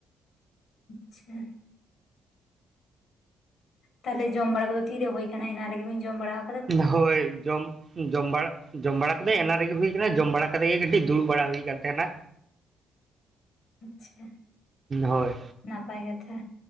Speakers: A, on the left; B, on the right.
A: ᱟᱪᱪᱷᱟ ᱛᱟᱦᱚᱞᱮ ᱡᱚᱢ ᱵᱟᱲᱟ ᱠᱚᱫᱚ ᱛᱤᱨᱮ ᱦᱩᱭ ᱠᱟᱱᱟ ᱮᱱᱟᱱ ᱨᱤᱜᱤ ᱵᱤᱱ ᱡᱚᱢ ᱵᱟᱲᱟᱣ
B: ᱦᱳᱭ ᱡᱚᱢ ᱡᱚᱢ ᱵᱟᱲᱟ ᱡᱚᱢ ᱵᱟᱲᱟ ᱠᱚᱫᱚ ᱮᱱᱟᱱ ᱨᱮᱜᱮ ᱦᱩᱭ ᱠᱟᱱᱟ ᱡᱚᱢ ᱵᱟᱲᱟ ᱠᱟᱛᱮ ᱜᱮ ᱠᱟᱹᱴᱤᱡ ᱫᱩᱲᱩᱵ ᱵᱟᱲᱟ ᱦᱩᱭ ᱠᱟᱱ ᱛᱟᱦᱮᱱᱟ
A: ᱟᱪᱪᱷᱟ
B: ᱦᱳᱭ
A: ᱱᱟᱯᱟᱭ ᱠᱟᱛᱷᱟ